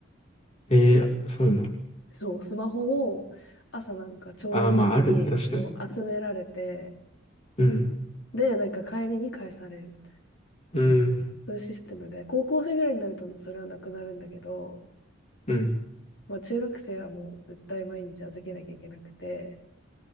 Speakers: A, on the left; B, on the left.
A: えー、そうなんだ。
B: そう、スマホを、朝なんか朝礼の時に、
A: ああ、まあ、あるね。確かに。
B: そう、集められて、
A: うん。
B: で、なんか帰りに返されるみたいな。
A: うん。
B: そういうシステムで、高校生ぐらいになるとそれはなくなるんだけど、
A: うん。
B: まあ中学生はもう絶対毎日預けなきゃいけなくて、